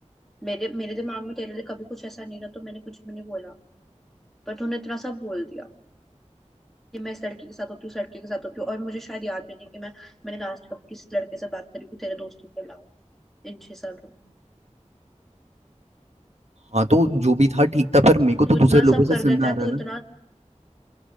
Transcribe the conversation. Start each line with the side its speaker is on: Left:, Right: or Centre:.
Centre: मेरे मेरे दिमाग में तेरे लिए कभी कुछ ऐसा नहीं था तो मैंने कुछ भी नहीं बोला पर तूने इतना सब बोल दिया कि मैं इस लड़की के साथ होती हूँ इस लड़के के साथ होती हूँ और मुझे शायद याद भी नहीं कि मैं मैंने लास्ट कब किस लड़के से बात करी थी तेरे दोस्तों के अलावा इन छह सालों में
Right: हाँ तो जो भी था ठीक था पर मेरे को तो
Centre: तू
Right: दूसरे
Centre: इतना
Right: लोगों
Centre: सब कर
Right: से सुनना
Centre: देता है
Right: आ रहा
Centre: तू इतना
Right: है